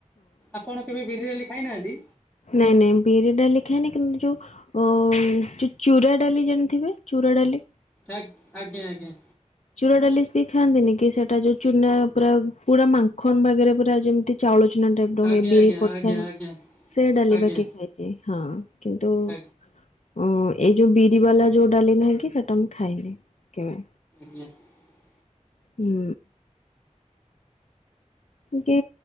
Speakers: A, in the centre; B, on the left.
A: ଆପଣ କେବେ ବିରି ଡାଲି ଖାଇ ନାହାନ୍ତି?
B: ନାଇଁ-ନାଇଁ ବିରି ଡାଲି ଖାନି କିନ୍ତୁ ଯୋଉ ଅ ଯୋଉ ଚୁ-ଚୁରା ଡାଲି ଜେମ୍ତି ହୁଏ ର ଡାଲି
A: ଆଗ୍ ଆଜ୍ଞ-ଆଜ୍ଞା।
B: ଚୁରା ଡାଲି ବି ଖାଆନ୍ତିନି କି ସେଟା ଯୋଉ ଚୁନା ପୁରା-ପୁରା ମାଙ୍କନ ବାଗରେ ପୁରା ଯେମିତି ଚାଉଳ ଚୁନା ଟାଇପ୍ ର
A: ଆଜ୍ଞା
B: ହୁଏ ବିରି ପଡିଥାଏ
A: ଆଜ୍ଞା ଆଜ୍ଞା
B: ସେ ଡାଲି
A: ଆଜ୍ଞା
B: ବାକି ଖାଇଛି ହଁ। କିନ୍ତୁ
A: ଆଜ୍ଞା
B: ଓ ଏଇ ଯୋଉ ବିରି ବାଲା ଯୋଉ ଡାଲି ନାହିଁ କି ସେଟା ମୁଁ ଖାଇନି କେବେ।
A: <unintelligible>
B: ହୁଁ। କି